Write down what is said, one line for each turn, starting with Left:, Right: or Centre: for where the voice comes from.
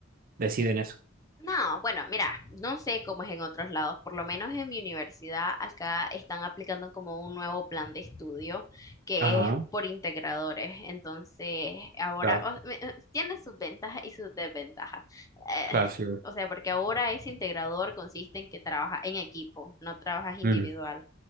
Right: deciden eso?
Left: No, bueno, mira, no sé cómo es en otros lados, por lo menos en mi universidad acá están aplicando como un nuevo plan de estudio que
Right: Ajá,
Left: es por integradores, entonces ahora
Right: claro,
Left: o- me- eh, tiene sus ventajas y sus desventajas. Eh,
Right: claro, sí, güey.
Left: o sea, porque ahora ese integrador consiste en que trabajas en equipo, no trabajas individual,
Right: Mm,